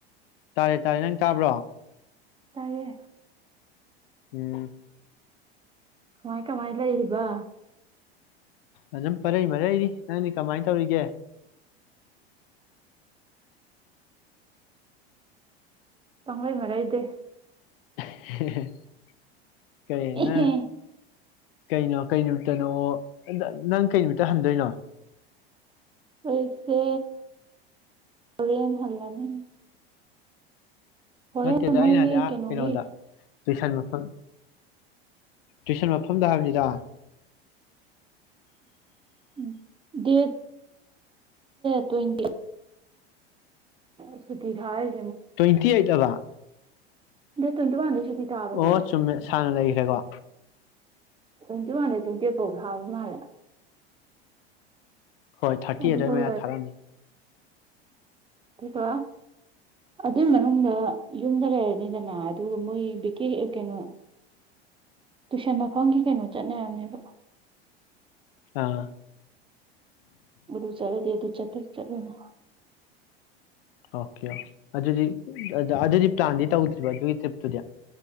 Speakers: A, on the left (about 60°); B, on the right (about 15°).
A: ꯇꯥꯔꯦ ꯇꯥꯔꯦ ꯅꯪ ꯇꯥꯕ꯭ꯔꯣ
B: ꯇꯥꯏꯌꯦ
A: ꯎꯝ
B: ꯃꯥꯏ ꯀ ꯃꯥꯏ ꯂꯩꯏꯕ
A: ꯑꯗꯨꯝ ꯄꯔꯩ ꯃꯔꯩꯅꯤ ꯅꯪꯅꯤ ꯀꯃꯥꯏꯅ ꯇꯧꯔꯤꯒꯦ
B: ꯄꯡꯂꯩ ꯃꯔꯩꯗꯦ
A: <unintelligible> ꯀꯩ
B: ꯑꯦꯍꯦ
A: ꯅ ꯀꯩꯅꯣ ꯀꯩ ꯅꯨꯃꯤꯠꯇꯅꯣ ꯅꯪ ꯀꯩ ꯅꯨꯃꯤꯠꯇ ꯍꯟꯗꯣꯏꯅꯣ
B: ꯑꯩꯁꯦ ꯍꯦꯟ ꯍꯜꯂꯅꯤ ꯍꯣꯔꯦꯟ
A: ꯅꯠꯇꯦꯗ ꯑꯩꯅ
B: ꯃꯣꯏꯒꯤ
A: ꯍꯥꯏꯖꯤ
B: ꯀꯩꯅꯣꯒꯤ
A: ꯀꯩꯅꯣꯗ ꯇꯨꯏꯁꯟ ꯃꯐꯝ ꯇꯨꯏꯁꯟ ꯃꯐꯝꯗ ꯍꯥꯏꯕꯅꯤꯗ
B: ꯝ ꯎ ꯗꯦꯠ ꯇ꯭ꯋꯦꯟꯇꯤ ꯁꯀꯤ ꯊꯤ ꯊꯥꯔꯦ
A: ꯇ꯭ꯋꯦꯟꯇꯤ ꯑꯩꯠꯕ
B: ꯗꯦꯠ ꯇ꯭ꯋꯦꯟꯇꯤ ꯋꯥꯟꯗꯩ ꯁꯨꯇꯤ ꯊꯥꯕꯅꯦꯕ
A: ꯑꯣ ꯆꯨꯝꯃꯦ ꯁꯥꯡꯅ ꯂꯩꯒ ꯍꯥꯏꯒꯣ
B: ꯀꯗꯤ ꯃꯥꯅꯦ ꯇꯗꯤꯦꯄꯣ ꯍꯥꯎꯕ ꯃꯥꯂ
A: ꯍꯣꯏ ꯊꯥꯔꯇꯤ
B: ꯑꯗꯨꯐꯥꯎ
A: ꯑꯩꯠꯔꯃꯦ ꯊꯥꯔꯥꯅꯤ
B: ꯑꯀ ꯑꯗꯨꯏ ꯃꯅꯨꯡꯗ ꯌꯨꯝꯗ ꯂꯩꯔꯅꯤꯗꯅ ꯑꯗꯨꯒ ꯃꯣꯏ ꯕꯤꯦ ꯀꯩꯅꯨ ꯇꯨꯏꯁꯟ ꯃꯐꯝꯒꯤ ꯀꯩꯅꯣ ꯆꯠꯅꯔꯕꯅꯦꯕ
A: ꯑꯥ
B: ꯑꯗꯨꯨ ꯆꯂꯗꯤ ꯑꯗꯨ ꯆꯄꯔ ꯆꯂꯅꯦ
A: ꯑꯣꯀꯦ ꯑꯣꯦ ꯑꯗꯨꯗꯤ ꯑꯗꯨꯗꯤ ꯄ꯭ꯂꯥꯟꯗꯤ ꯇꯧꯗ꯭ꯔꯤꯕ ꯑꯗꯨꯒꯤ ꯇ꯭ꯔꯤꯞꯇꯨꯗꯤ